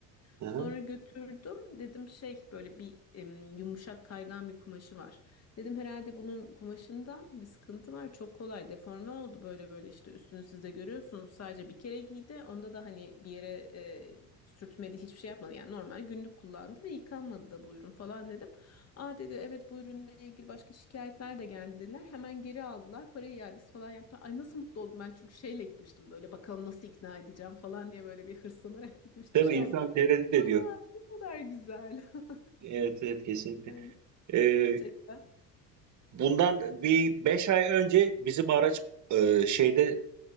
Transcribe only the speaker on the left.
Sonra
götürdüm. Dedim şey böyle bir em, yumuşak kaygan bir kumaşı var. Dedim herhalde bunun kumaşından bir sıkıntı var. Çok kolay deforme oldu böyle böyle işte üstünü siz de görüyorsunuz. Sadece bir kere giydi. Onda da hani bir yere e, sürtmedi hiçbir şey yapmadı. Yani normal günlük kullandı ve yıkanmadı da bu ürün falan dedim. Aa dedi evet bu ürünle ilgili başka şikayetler de geldi dediler. Hemen geri aldılar. Parayı iadesi falan yaptılar. Ay nasıl mutlu oldum ben çünkü şeyle gitmiştim böyle bakalım nasıl ikna edeceğim falan diye böyle bir hırslanarak gitmiştim.
Şey
oldum
Aa, ne kadar güzel. <laughs>
Yani
Evet. gerçekten.